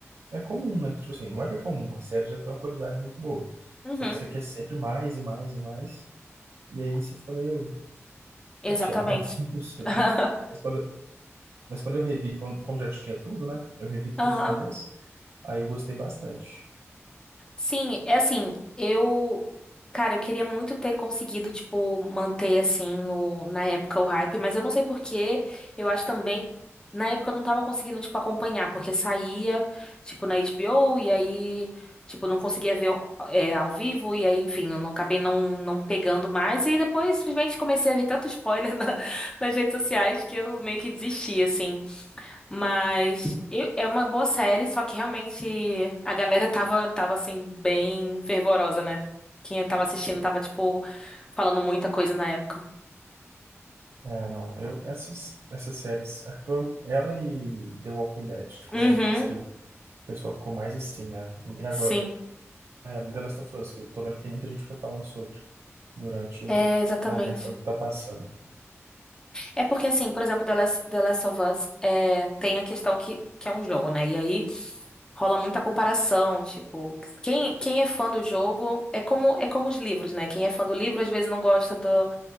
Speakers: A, on the right; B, on the left.
A: é comum, né? Tipo assim, não é que é comum, a série já tem uma qualidade muito boa.
B: Uhum.
A: Só que você quer sempre mais e mais e mais, e aí você fica meio
B: Exatamente.
A: chateado, <laughs> não sei.
B: <laughs>
A: Mas quando, mas quando eu revi, como como já tinha tudo, né? Eu revi tudo
B: Aham.
A: de uma vez, aí eu gostei bastante.
B: Sim, é assim, eu, cara, eu queria muito ter conseguido, tipo, manter assim o na época o hype, mas eu não sei por quê. Eu acho também na época eu não tava conseguindo, tipo, acompanhar, porque saía, tipo, na HBO e aí, tipo, não conseguia ver é, ao vivo e aí, enfim, eu não acabei não não pegando mais e depois simplesmente comecei a ver tanto spoiler na- <laughs> nas redes sociais que eu meio que desisti, assim. Mas eu- é uma boa série, só que realmente a galera tava, tava assim, bem fervorosa, né? Quem tava assistindo tava, tipo, falando muita coisa na época.
A: É, não, eu, essas, essas séries, acho que foi ela e The Walking Dead foram
B: Uhum,
A: as que o pessoal ficou mais assim, né? E agora
B: sim.
A: é The Last of Us, que eu tô vendo que tem muita gente que fica falando sobre durante o
B: É, exatamente.
A: momento que ela tá passando.
B: É porque, assim, por exemplo, The Last, The Last of Us é, tem a questão que, que é um jogo, né? E aí rola muita comparação, tipo, quem, quem é fã do jogo é como, é como os livros, né? Quem é fã do livro às vezes não gosta do,